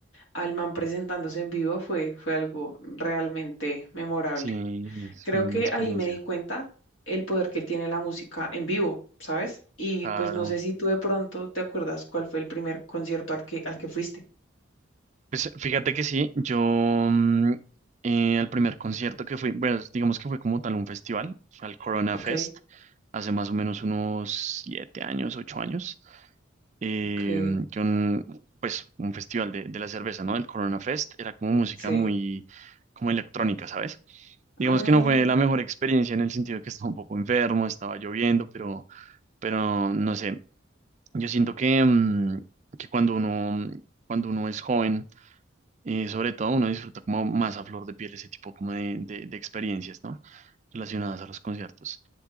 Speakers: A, on the left; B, on the right.
A: Alman presentándose en vivo fue, fue algo realmente memorable.
B: Sí, es
A: Creo
B: una
A: que
B: experiencia.
A: ahí me di cuenta el poder que tiene la música en vivo, ¿sabes? Y
B: Claro.
A: pues no sé si tú de pronto te acuerdas cuál fue el primer concierto al que, al que fuiste.
B: Pues fíjate que sí, yo mm, eh, al primer concierto que fui, bueno, digamos que fue como tal un festival, fue al Corona
A: Ok.
B: Fest, hace más o menos unos siete años, ocho años, eh,
A: Ok,
B: que un, pues un festival de, de la cerveza, ¿no? El Corona Fest era como música
A: sí.
B: muy, como electrónica, ¿sabes? Digamos
A: Mm,
B: que no fue la mejor experiencia en el sentido de que estaba un poco enfermo, estaba lloviendo, pero, pero no sé, yo siento que, mm, que cuando uno, cuando uno es joven, eh, sobre todo uno disfruta como más a flor de piel ese tipo como de, de- de experiencias, ¿no? Relacionadas a los conciertos.